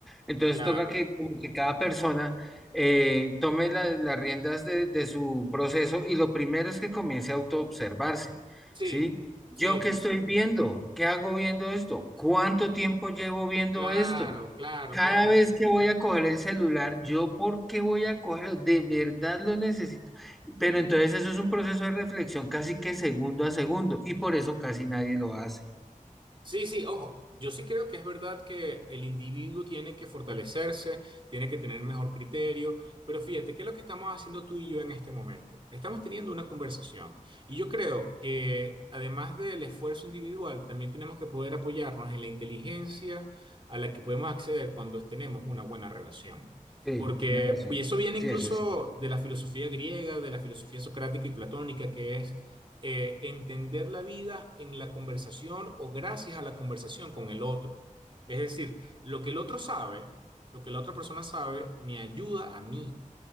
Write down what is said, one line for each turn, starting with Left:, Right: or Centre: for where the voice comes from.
Centre: Entonces
Right: Claro,
Centre: toca que, como que cada persona eh, tome la- las riendas de, de su proceso y lo primero es que comience a autoobservarse,
Right: sí,
Centre: ¿sí? ¿Yo
Right: sí,
Centre: qué estoy viendo? ¿Qué hago viendo esto? ¿Cuánto tiempo llevo viendo
Right: claro,
Centre: esto?
Right: claro,
Centre: Cada
Right: claro.
Centre: vez que voy a coger el celular, ¿yo por qué voy a cogerlo? De verdad lo necesito. Pero entonces eso es un proceso de reflexión casi que segundo a segundo y por eso casi nadie lo hace.
Right: Sí, sí, ojo, yo sí creo que es verdad que el individuo tiene que fortalecerse, tiene que tener mejor criterio, pero fíjate, ¿qué es lo que estamos haciendo tú y yo en este momento? Estamos teniendo una conversación y yo creo que además del esfuerzo individual, también tenemos que poder apoyarnos en la inteligencia a la que podemos acceder cuando tenemos una buena relación.
Centre: Sí,
Right: Porque,
Centre: tienes razón.
Right: y eso viene
Centre: Sí,
Right: incluso
Centre: eso es cierto.
Right: de la filosofía griega, de la filosofía socrática y platónica, que es eh, entender la vida en la conversación o gracias a la conversación con el otro. Es decir, lo que el otro sabe, lo que la otra persona sabe, me ayuda a mí.